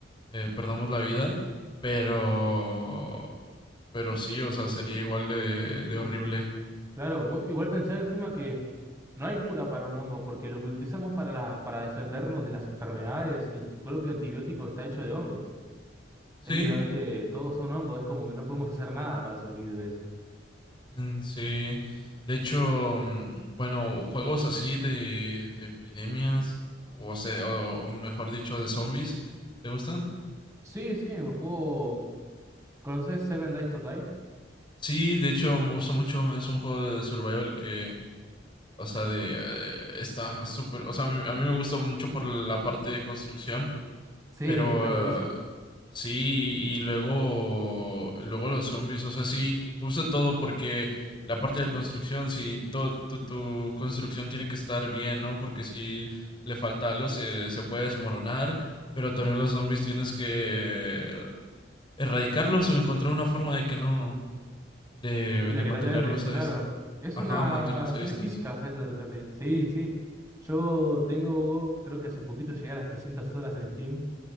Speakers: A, on the left (about 25°); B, on the right (about 15°).
A: eh, perdamos la vida, pero, pero sí, o sea, sería igual de, de horrible.
B: Claro, vos- igual pensar encima que no hay cura para un hongo, porque lo que utilizamos para la, para defendernos de las enfermedades, el propio antibiótico está hecho de hongos.
A: Sí.
B: Es literalmente, todos son hongos, es como que no podemos hacer nada para sobrevivir de eso.
A: Mm, Sí, de hecho, mm, bueno, juegos así de, de epidemias, o, se- o, o mejor dicho, de zombies, ¿te gustan?
B: Sí, sí, el juego... ¿Conoces Seven Days to Die?
A: Sí, de hecho, me gusta mucho, es un juego de survival que, o sea, de, eh, está súper, o sea, a mí, a mí me gusta mucho por la parte de construcción,
B: Sí,
A: Pero
B: está buenísimo.
A: eh, sí, y luego, luego los zombies, o sea, sí, me gusta todo porque la parte de la construcción, si tu, tu construcción tiene que estar bien, ¿no? Porque si le falta algo se, se puede desmoronar, pero también los zombies tienes que erradicarlos o encontrar una forma de que no, de,
B: La
A: de
B: que
A: mantenerlos
B: no te entren, claro.
A: a, dis-
B: Es
A: ajá,
B: una...
A: mantenerlos a
B: Tiene
A: distancia.
B: física, ¿sabes? eso otra peli. Sí, sí. Yo tengo, creo que hace poquito llegué a las 300 horas en Steam.